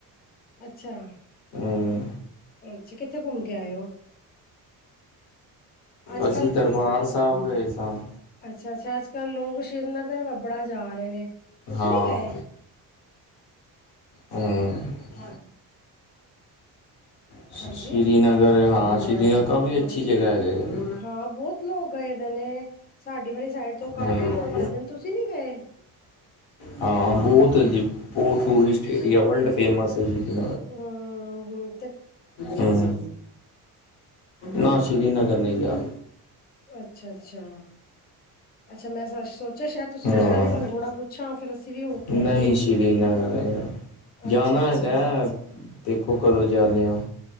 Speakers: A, on the left; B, on the left.
A: ਅੱਛਾ-ਅੱਛਾ
B: ਹੂੰ
A: ਕਿੱਥੇ ਘੁੰਮ ਕੇ ਆਏ ਹੋ? ਅੱਜ
B: ਅਸੀਂ ਦਰਬਾਰ ਸਾਹਿਬ ਗਏ ਸਾਂ।
A: ਅੱਛਾ-ਅੱਛਾ ਅੱਜ-ਕੱਲ ਲੋਕ ਸ੍ਰੀਨਗਰ ਵੱ ਬੜਾ ਜਾ ਰਹੇ ਨੇ, ਤੁਸੀ
B: ਹਾਂ
A: ਨੀ ਗਏ?
B: ਹੂੰ। <unintelligible> ਸ਼ੀ
A: ਹਾਂਜੀ
B: ਸ਼ੀ ਸ੍ਰੀਨਗਰ ਹਾਂ ਸ੍ਰੀਨਗਰ ਕਾਫੀ ਅੱਛੀ ਜਗਾ ਹੈਗੀ ਏ।
A: ਹਾਂ ਬੋਤ ਲੋਕ ਗਏ ਦੇ ਨੇ, ਸਾਡੀ ਵਾਲੀ ਸਾਈਡ ਤੋਂ ਕਾਫ਼ੀ
B: ਹੂੰ
A: ਲੋਕ ਗੲਦੇ ਨੇ ਤੁਸੀਂ ਨੀ ਗਏ।
B: ਹਾਂ ਬੋਤ ਜੀ ਬੋੋਹਤ ਟੂਰਿਸਟ ਏਰੀਆ ਵਲਡ ਫੇਮਸ ਹੈ, ਪੁ
A: ਹਾਂ ਹੁ।
B: ਹੂੰ ਨਾ ਸ੍ਰੀਨਗਰ ਨਹੀਂ ਗਿਆ।
A: ਅੱਛਾ ਅੱਛਾ ਅੱਛਾ ਮੈਂ ਸ਼ਾ ਅੱਛਾ ਸ਼ਾਯਦ ਤੁਸੀਂ
B: ਹਾਂ
A: ਗਏ ਓ, ਤੁਹਾਨੂੰ ਥੋੜ੍ਹਾ ਪੁੱਛਾਂ ਫਿਰ ਅਸੀਂ ਵੀ ਹੋ ਕੇ
B: ਨਹੀਂ
A: ਆਈਏ।
B: ਸ਼੍ਰੀਨਗਰ ਨਹੀਂ ਜਾਣਾ
A: ਅੱਛਾ ਅੱਛਾ
B: ਹੈਗਾ, ਦੇਖੋ ਕਦੋਂ ਜਾਂਨੇ ਆ।